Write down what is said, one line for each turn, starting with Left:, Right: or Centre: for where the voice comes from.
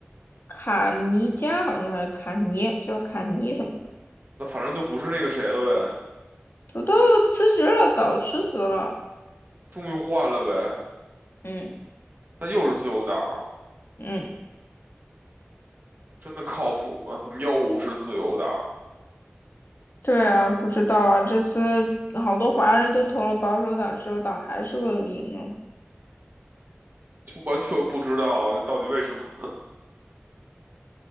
Left: 卡尼加好像还是卡尼，叫卡尼什么的，
Right: 那反正就不是那个谁了呗，
Left: 土豆辞职了，早辞职了。
Right: 终于换了呗。
Left: 嗯。
Right: 那又是自由党，
Left: 嗯，
Right: 真的靠谱吗？怎么又是自由党？
Left: 对啊，不知道啊，这次好多华人都投了保守党，自由党还是会赢啊。
Right: 完全不知道这到底为什么，